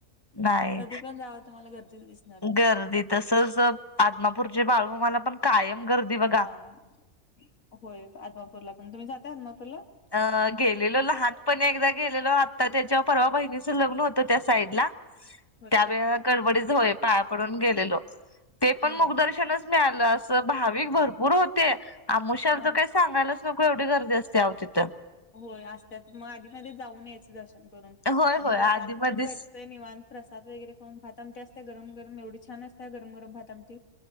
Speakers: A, on the left (about 20°); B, on the left (about 85°).
A: नाही
B: कधी पण जावा तुम्हाला गर्दीच दिसते
A: गर्दी तसंच, आदमापूरची बाळमामाला पण कायम गर्दी बघा
B: हां, होय आदमापूरला पण, तुम्ही जाताय आदमापूरला?
A: अं, गेलेलो. लहानपणी एकदा गेलेलो, आत्ता त्याच्या परवा बहिणीचं लग्न होतं त्या साईड ला
B: <inaudible>
A: त्यावेळे गडबडीच होय, पाया पडून गेलेलो, ते पण
B: हा
A: मुख दर्शनच मिळालं अस, भाविक भरपूर होते, अमावास्या
B: हा
A: तर काही सांगायलाच नको, एवढी गर्दी असते अहो तिथं.
B: होय असत्यात, मग आधी मदि जाऊन यायचं दर्शन करून
A: होय
B: आणि
A: होय
B: प्रसाद
A: आधी मधीच
B: पण भेटतोय निवान प्रसाद वगैरे खाऊन, भात आमटी असत, गरम गरम एवढी छान असत्या, गरम गरम भाता आमटी.